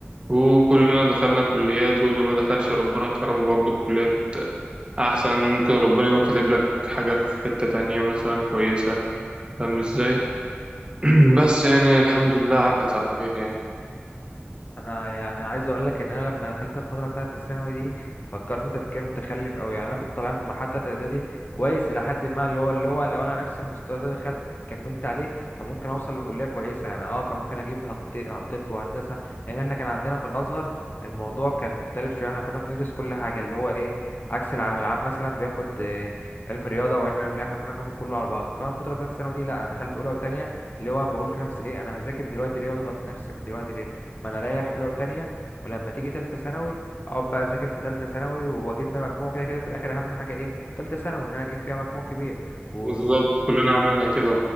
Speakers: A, on the right; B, on the left.
A: وكلنا دخلنا كليات واللي ما دخلش ربنا كرمه برضه بكليات احسن ممكن ربنا يبقى كاتب لك حاجة في حتة تانية مثلا كويسة فاهم ازاي <clears throat> بس يعني الحمد لله عدت على خير يعني
B: انا يعني عايز اقول لك ان انا لما دخلت الفتره بتاعه الثانوي دي فكرت تفكير متخلف قوي يعني انا كنت طالع من المرحله بتاعه اعدادي كويس الى حد ما اللي هو اللي هو لو انا نفس المستوى ده دخل كملت عليه كان ممكن اوصل لكليه كويسه يعني اه كان ممكن اجيب هت- هتطب وهندسه لان احنا كان عندنا في الازهر الموضوع كان مختلف شويه احنا كنا بندرس كل حاجه اللي هو ايه عكس العام العام مثلا بياخد آه، علم رياضه وعلم علوم لا احنا كنا بناخد كله على بعضه فانا الفتره بتاعه الثانوي دي لا انا دخلت اولى وثانيه اللي هو بقول في نفسي ايه انا هذاكر دلوقتي ليه واضغط نفسي من دلوقتي ليه ما انا اريح اولى وتانية ولما تيجي تالتة ثانوي اقعد بقى اذاكر في تالتة ثانوي واجيب من مجموع كده كده في الاخر اهم حاجة ايه تالتة ثانوي ان انا اجيب فيها مجموع كبير و-
A: بالظبط كلنا عملنا كده